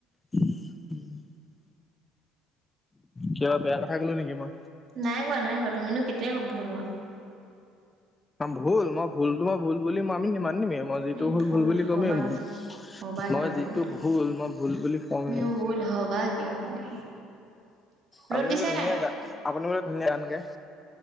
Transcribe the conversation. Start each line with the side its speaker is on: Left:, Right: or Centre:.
Left: <inaudible> কিবা বেয়া কথা ক'লো নিকি মই?
Right: নাই কোৱা নাই কোৱা তুমিনো <unintelligible>
Left: ভুল, মই ভুলতো মই ভুল বুলি মানি মেই মই
Right: তুমি
Left: যিটো ভুল ভুল বুলি কমেই
Right: হবা
Left: মই।
Right: কিয় হবা
Left: মই
Right: কিয়
Left: যিটো
Right: তুমি
Left: ভুল মই ভুল বুলি কওয়েই।
Right: তুমি ভুল হবা কিয় তুমি
Left: আপুনি
Right: ৰ'দ দিছে
Left: বো ধুনীয়া
Right: নাই
Left: গান আপুনি বোলে ধুনীয়া গান গায়?